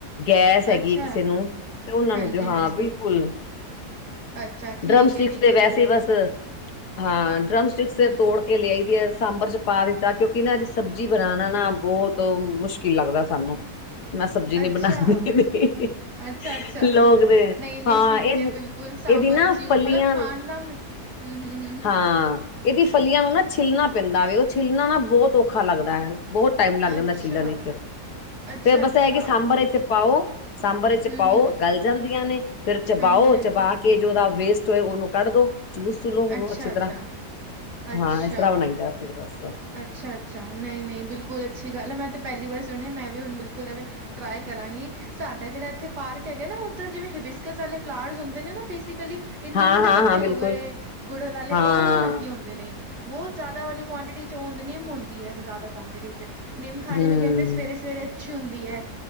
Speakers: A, on the left; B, on the right.
A: ਗੈਸ ਹੈਗੀ
B: ਅੱਛਾ,
A: ਕਿਸੇ ਨੂੰ, ਤੇ ਉਹਨਾਂ
B: ਹਾਂਜੀ-ਹਾਂਜੀ,
A: ਨੂੰ ਤੇ ਹਾਂ ਬਿਲਕੁਲ।
B: ਅੱਛਾ ਠੀਕ
A: ਡਰਮ ਸਟਿਕਸ
B: ਐ, ਠੀਕ
A: ਤੇ
B: ਐ
A: ਵੈਸੇ
B: ਜੀ ਬਿਲਕੁਲ,
A: ਹੀ ਬਸ ਹਾਂ, ਡਰਮ ਸਟਿਕ ਤੇ
B: ਬਿਲਕੁਲ,
A: ਤੋੜ ਕੇ ਲਿਆ ਹੀ ਦੀ। ਸਾਂਬਰ ਚ' ਪਾ ਦਿੱਤਾ ਕਿਉਂਕਿ ਇਹਨਾਂ ਦੀ ਸਬਜ਼ੀ ਬਣਾਉਣਾ ਨਾ ਬਹੁਤ ਮੁਸ਼ਕਿਲ ਲੱਗਦਾ ਸਾਨੂੰ। ਮੈਂ ਸਬਜ਼ੀ ਨੀ
B: ਅੱਛਾ।
A: ਬਣਾਦੀ।
B: ਅੱਛਾ-ਅੱਛਾ,
A: ਲੋਕ ਦੇ
B: ਨਈ-ਨਈ
A: ਹਾਂ
B: ਠੀਕ
A: ਇਹ
B: ਐ ਬਿਲਕੁਲ ਸਾਂਬਰ
A: ਇਹਦੀ ਨਾ
B: ਵਿੱਚ ਯੂ
A: ਫਲੀਆਂ।
B: ਮਤਲਬ ਖਾਣ ਦਾ ਮੈਂ ਹੂੰ, ਹੂੰ, ਹੂੰ, ਹੂੰ,
A: ਹਾਂ। ਇਹਦੀ ਫਲੀਆਂ ਨੂੰ ਨਾ ਛਿੱਲਣਾ ਪੈਂਦਾਵੇ, ਉਹ ਛਿੱਲਣਾ ਨਾ ਬਹੁਤ ਔਖਾ ਲੱਗਦਾ ਹੈ ਬਹੁਤ। ਟਾਈਮ ਲੱਗ ਜਾਂਦਾ
B: ਅੱਛਾ,
A: ਛਿੱਲਣ ਚ'।
B: ਅੱਛਾ-ਅੱਛਾ,
A: ਫੇਰ ਬਸ ਇਹ ਕਿ ਸਾਂਬਰ ਵਿੱਚ ਪਾਓ। ਸਾਂਬਰੇ ਚ'
B: ਹੂੰ,
A: ਪਾਓ
B: ਹੂੰ,
A: ਗਲ ਜਾਂਦੀਆਂ ਨੇ, ਫਿਰ ਚਬਾਓ
B: ਹਾਂਜੀ-ਹਾਂਜੀ,
A: ਚਬਾ ਕੇ ਕਿ ਜੋ ਉਹਦਾ ਵੇਸਟ ਹੋਏ ਉਹਨੂੰ ਕੱਢ ਦੋ। ਚੂਸ ਚੂਲੋ ਹੁਣ
B: ਅੱਛਾ-ਅੱਛਾ,
A: ਅੱਛੀ ਤਰ੍ਹਾਂ
B: ਅੱਛਾ। ਅੱਛਾ ਅੱਛਾ,
A: ਹਾਂ, ਇਸ ਤਰ੍ਹਾਂ ਬਣਾਈਦਾ ਫਿਰ ਬਸ।
B: ਅੱਛਾ-ਅੱਛਾ, ਨਹੀਂ-ਨਹੀਂ, ਬਿਲਕੁਲ ਅੱਛੀ ਗੱਲ ਹੈ ਮੈਂ ਤੇ ਪਹਿਲੀ ਵਾਰ ਸੁਣਿਆ ਮੈਂ ਵੀ ਹੁਣ ਬਿਲਕੁਲ ਟਰਾਈ ਕਰਾਂਗੀ, ਸਾਡਾ ਜਿਹੜਾ ਇੱਥੇ ਪਾਰਕ ਹੈਗਾ ਨਾ। ਜਿਵੇਂ ਹਬਿਸਕਸ ਵਾਲੇ ਫਲਾਵਰਸ ਹੁੰਦੇ ਨੇ ਨਾ ਬੇਸਿਕਲੀ ਕਿ ਨਿੰਮ
A: ਹਾਂ
B: ਦੇ
A: ਹਾਂ
B: ਪੱਤੇ
A: ਹਾਂ ਬਿਲਕੁਲ
B: ਹੋ ਗਏ, ਗੁੜਲ ਵਾਲੇ
A: ਹਾਂ
B: ਉਹ ਲੱਗੇ ਹੁੰਦੇ ਨੇ, ਬਹੁਤ ਜ਼ਿਆਦਾ ਵਾਲੀ ਕੁਆਂਟਿਟੀ ਨਿੰਮ ਆੁੰਦੀ ਹੈ ਜ਼ਿਆਦਾ ਕੁਆਂਟਿਟੀ ਚ' ਨਿੰਮ ਖਾਣੇ
A: ਹਮ
B: ਵੀ ਕਹਿੰਦੇ ਸਵੇਰੇ-ਸਵੇਰੇ ਅੱਛੀ ਹੁੰਦੀ ਹੈ,